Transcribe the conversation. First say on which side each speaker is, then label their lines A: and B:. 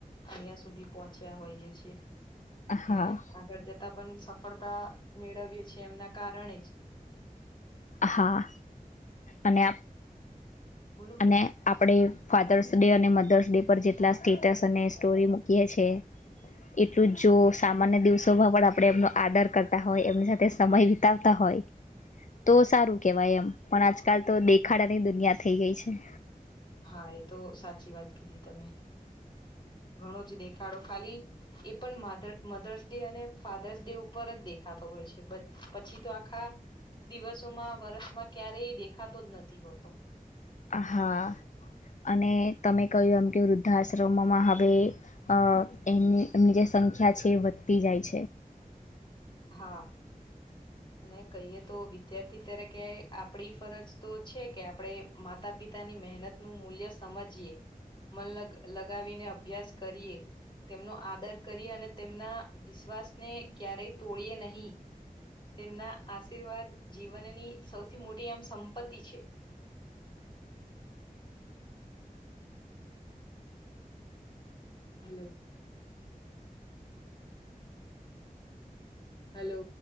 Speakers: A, on the left; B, on the left.
A: અહીંયા સુધી પહોંચ્યા હોઈએ છીએ
B: હા
A: અને આગળ જતા પણ સફળતા મેળવીએે છીએ એમના કારણે જ
B: હા અને
A: બોલો બોલો
B: અને આપડે ફાથર્સ ડે અને મધરસ ડે પર જેટલા સ્ટેટસ અને સ્ટોરી મૂકીય છે એટલું જો સામાન્ય દિવસોમાં પણ આપણે એમનો આદર કરતા હોય એમની સાથે સમય વિતાવતા હોય તો સારું કેવાય એમ પણ આજકાલ તો દેખાડાની દુનિયા થઈ ગઈ છે
A: હા એ તો સાચી વાત કીધી તમે ઘણો જ દેખાડો ખાલી એ પણ માધર મધર્સ ડે અને ફાધર્સ ડે ઉપર જ દેખાતો હોય છે બ પછી તો આખા દિવસોમાં વરષમાં ક્યારેય દેખાતો જ નથી હોતો
B: હા અને તમે કહ્યું એમ કે વૃદ્ધાશ્રમમાં હવે અ એમની એમની જે સંખ્યા છે એ વધતી જાય છે
A: હા અને કહીએ તો વિદ્યાર્થી તરીકે આપડી ફરજ તો છે કે આપણે માતા પિતા પીતાની મહેનત નું મૂલ્ય સમજીએ મન લગાવીને અભ્યાસ કરીએ તેમનો આદર કરીએ અને તેમના વિશ્વાસ ને ક્યારેય તોડીએ નહીં
B: હ <inaudible>
A: તેમના આશીર્વાદ જીવનની સૌથી મોટી આમ સંપત્તિ છે
B: <inaudible>
A: હલો હલો